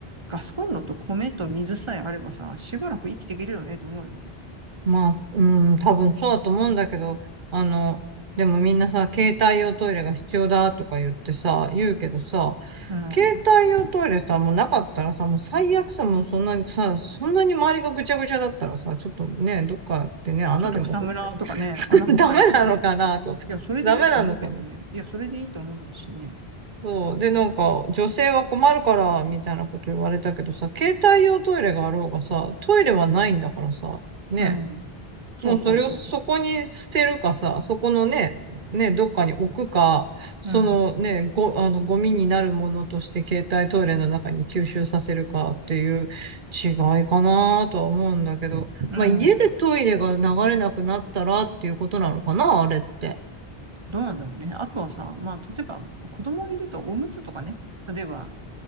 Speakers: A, on the right; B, on the right.
A: ガスコンロと米と水さえあればさ、しばらく生きていけるよねと思うよね。
B: まあ、うん、多分そうだと思うんだけど、あの、でもみんなさ、携帯用トイレが必要だとか言ってさ、言うけどさ、
A: うん。
B: 携帯用トイレさ、もうなかったらさ、もう最悪さ、もうそんなにさ、そんなに周りがぐちゃぐちゃだったらさ、ちょっとね、どっかでね、穴でも掘って、
A: ちょっと草むらとかね、
B: <laughs>
A: 穴掘ったりとかね。
B: ダメなのかなと。
A: いや、それでいいと思うけどね。
B: ダメなのかな。
A: いや、それでいいと思うしね。
B: そう。で、なんか、女性は困るから、みたいなこと言われたけどさ、携帯用トイレがあろうがさ、トイレはないんだからさ、ね。
A: うん。そうそうそう。
B: もうそれをそこに捨てるかさ、そこのね、ね、どっかに置くか、そのね、
A: うん。
B: ご、あの、ゴミになるものとして携帯トイレの中に吸収させるかっていう違いかなとは思うんだけど、
A: うん。
B: まあ家でトイレが流れなくなったらっていうことなのかな、あれって。
A: どうなんだろうね。あとはさ、まあ、例えば、子供いるとおむつとかね。例えば、